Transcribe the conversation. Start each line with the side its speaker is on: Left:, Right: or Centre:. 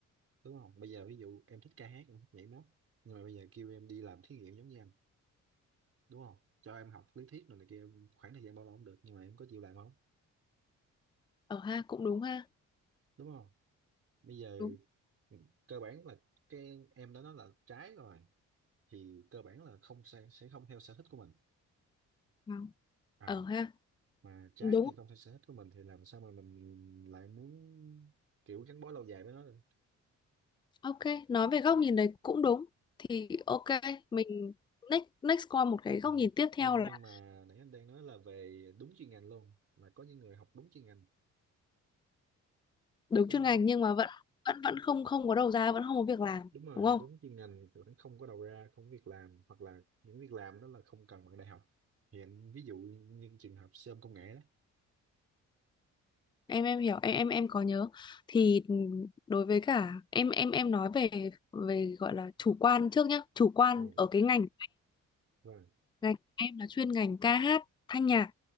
Right: đúng không bây giờ ví dụ em thích ca hát em thích nhảy múa nhưng mà bây giờ kêu em đi làm thí nghiệm giống như anh đúng không cho em học lý thuyết rồi này kia em- khoảng thời gian bao lâu cũng được nhưng mà em có chịu làm không
Left: ở ha cũng đúng ha
Right: đúng không bây giờ
Left: đúng
Right: ừ, cơ bản là cái em đã nói là trái rồi thì cơ bản là không sẽ sẽ không theo sở thích của mình
Left: vâng.
Right: à
Left: ở ha
Right: mà trái
Left: đúng
Right: thì không theo sở thích của mình thì làm sao mà mình lại muốn kiểu gắn bó lâu dài với nó được
Left: ok nói về góc nhìn đấy cũng đúng thì ok mình next next qua một cái góc
Right: ừ.
Left: nhìn tiếp theo
Right: nhưng
Left: là
Right: nhưng mà nãy anh đang nói là về đúng chuyên ngành luôn là có những người học đúng chuyên ngành
Left: đúng
Right: đúng
Left: chuyên
Right: không
Left: ngành nhưng mà vẫn vẫn vẫn không không có đầu ra vẫn không có việc làm
Right: đúng rồi
Left: đúng không
Right: đúng chuyên ngành tụi nó không có đầu ra không có việc làm hoặc là những việc làm đó là không cần bằng đại học hiện ví dụ như trường hợp sơm công nghệ
Left: em em hiểu em em em có nhớ thì đối với cả em em em nói về về gọi là chủ quan trước nhá chủ quan
Right: đó ừ,
Left: ở cái ngành
Right: vâng
Left: ngành em là chuyên ngành ca hát thanh nhạc